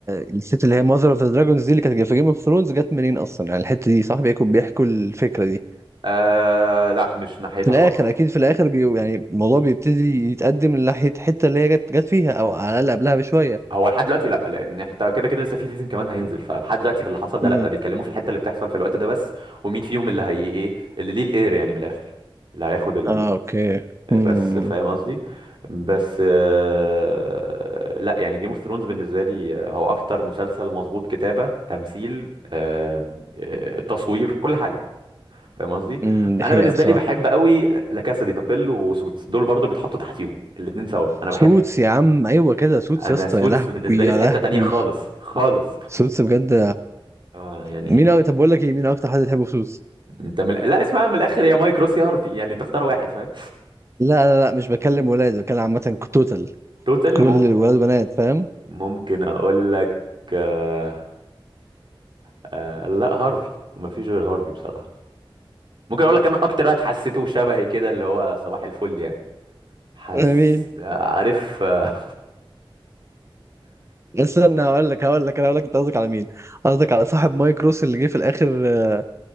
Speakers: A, on the right; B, on the right.
A: الست اللي هي ماذر اوف ذا دراجونز دي اللي كانت في جيم اوف ثرونز جت منين اصلا يعني الحته دي صاحبي يكون بيحكوا الفكره دي
B: آه لا مش ناحيتها
A: في الاخر
B: خالص
A: اكيد في الاخر بي يعني الموضوع بيبتدي يتقدم لناحيه الحته اللي هي جت جت فيها او على الاقل قبلها بشويه
B: هو لحد دلوقتي لا لان انت كده كده لسه في سيزون كمان هينزل فلحد دلوقتي في اللي حصل ده
A: امم
B: لا بيتكلموا في الحته اللي بتحصل في الوقت ده بس ومين فيهم اللي هي ايه اللي ليه الاير يعني من الاخر اللي هياخد ال...
A: اه اوكي امم
B: بس فاهم قصدي بس آه، لا يعني جيم اوف ثرونز بالنسبه لي آه، هو اكتر مسلسل مظبوط كتابه تمثيل آه، آه، تصوير كل حاجه فاهم قصدي
A: امم دي
B: انا
A: حقيقه
B: بالنسبه
A: بصراحه
B: لي بحب قوي لا كاسا دي بابيل وسوتس دول برضو بيتحطوا تحتيهم الاتنين سوا انا
A: سوتس
B: بحب
A: يا عم ايوه كده سوتس
B: انا
A: يا اسطى
B: سوتس
A: يا لهوي
B: بالنسبه لي
A: يا
B: في
A: لهوي
B: حته تانية خالص خالص
A: سوتس بجد
B: اه يعني
A: مين أو... طب بقول لك ايه مين اكتر حد تحبه في سوتس
B: انت من... لا اسمها من الاخر يا مايك روس يا هارفي يعني تختار واحد فاهم
A: لا لا لا
B: <laughs>
A: مش بكلم ولاد بكلم عامه توتال
B: توتال
A: كل
B: ممكن
A: الولاد وبنات فاهم
B: ممكن اقول لك آه... آه... لا هارفي مفيش غير هارفي بصراحة ممكن اقول لك انا اكتر واحد حسيته شبهي كده اللي هو صباح الفل يعني حس
A: على مين
B: آه، عارف آه،
A: استنى هقول لك هقول لك انا هقول لك انت قصدك على مين قصدك على صاحب مايك روس اللي جه في الاخر آه،